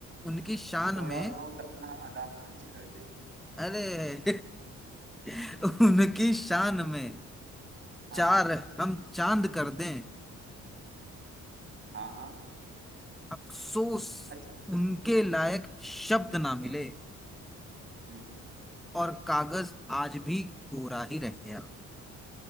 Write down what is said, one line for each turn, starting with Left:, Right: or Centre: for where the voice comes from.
Centre: उनकी शान
Right: थोड़ा
Centre: में
Right: बहुत अपना अदा फर्ज कर दें
Centre: अरे <laughs> उनकी शान में
Right: हाँ
Centre: चार
Right: हाँ
Centre: हम चांद कर दें
Right: हाँ हाँ
Centre: अफसोस
Right: अच्छा
Centre: उनके लायक शब्द ना मिले
Right: हम्म हम्म।
Centre: और कागज आज भी कोरा ही रह गया